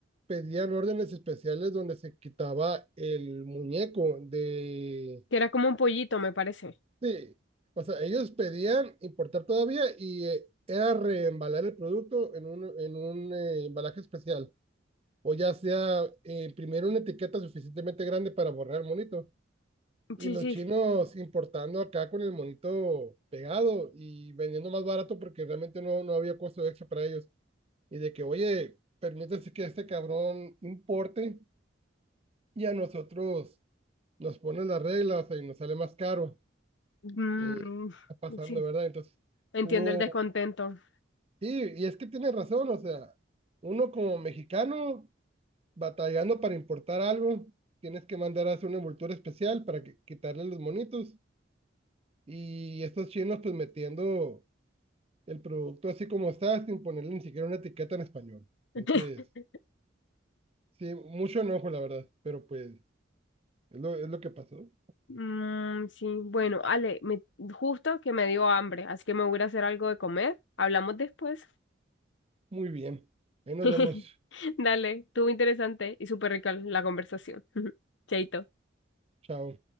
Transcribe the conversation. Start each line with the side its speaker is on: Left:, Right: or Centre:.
Right: Pedían órdenes especiales donde se quitaba el muñeco de
Left: Que era como un pollito, me parece.
Right: Sí, o sea, ellos pedían importar todavía y eh, era reembalar el producto en un, en un eh, embalaje especial. O ya sea eh, imprimir una etiqueta suficientemente grande para borrar el monito. Y
Left: Sí,
Right: los
Left: sí.
Right: chinos importando acá con el monito pegado y vendiendo más barato porque realmente no, no había costo extra para ellos. Y de que, oye, permítese que este cabrón importe y a nosotros nos ponen las reglas y nos sale más caro.
Left: Mm,
Right: eh, está pasando,
Left: sí,
Right: ¿verdad? Entonces,
Left: entiendo
Right: hubo,
Left: el descontento.
Right: sí, y es que tiene razón, o sea, uno como mexicano batallando para importar algo, tienes que mandar a hacer una envoltura especial para que, quitarle los monitos, y estos chinos pues metiendo el producto así como está, sin ponerle ni siquiera una etiqueta en español. Entonces,
Left: <laughs>
Right: sí, mucho enojo, la verdad, pero pues es lo, es lo que pasó.
Left: Mm, sí, bueno, Ale, me, justo que me dio hambre, así que me voy a ir a hacer algo de comer. Hablamos después.
Right: Muy bien, ahí nos
Left: <laughs>
Right: vemos,
Left: Dale, estuvo interesante y súper rica la conversación. <laughs> Chaito.
Right: chao.